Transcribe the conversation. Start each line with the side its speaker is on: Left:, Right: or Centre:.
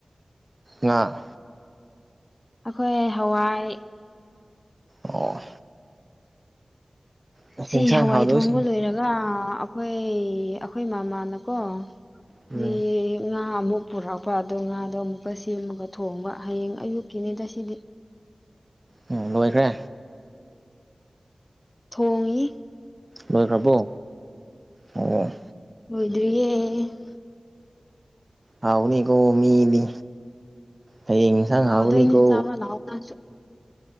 Right: ꯉ
Left: ꯑꯩꯈꯣꯏ ꯍꯋꯥꯏ
Right: ꯑꯣ ꯑꯁ
Left: ꯁꯤ
Right: ꯌꯦꯟꯁꯥꯡ
Left: ꯍꯋꯥꯏ
Right: ꯍꯥꯎꯗꯣꯏꯁꯤꯡ
Left: ꯊꯣꯡꯕ ꯂꯣꯏꯔꯝ ꯉꯥ ꯑꯩꯈꯣꯏ ꯑꯩꯈꯣꯏ ꯃꯃꯥꯅꯀꯣ
Right: ꯎꯝ
Left: ꯃꯤ ꯉꯥ ꯑꯃꯨꯛ ꯄꯨꯔꯛꯄꯥꯗꯣ ꯉꯥꯗꯣ ꯑꯃꯨꯛꯀ ꯁꯦꯝꯃꯒ ꯊꯣꯡꯕ ꯍꯌꯦꯡ ꯑꯌꯨꯛꯀꯤꯅꯤꯗ ꯁꯤꯗꯤ
Right: ꯎꯝ ꯂꯣꯏꯈ꯭ꯔꯦ
Left: ꯊꯣꯡꯉꯏ
Right: ꯂꯣꯏꯈ꯭ꯔꯕꯣ ꯑꯣ
Left: ꯍꯣꯏꯗ꯭ꯣꯏꯔꯤꯌꯦꯦ
Right: ꯍꯥꯎꯅꯤ ꯀꯣ ꯃꯤ ꯏꯗꯤ ꯍ ꯁ
Left: ꯍꯥꯎꯗꯣꯏꯅꯤ
Right: ꯍꯥꯎꯅꯤ ꯀꯣ
Left: ꯆꯥꯕ ꯂꯥꯛꯑꯣ ꯅꯪꯁꯨ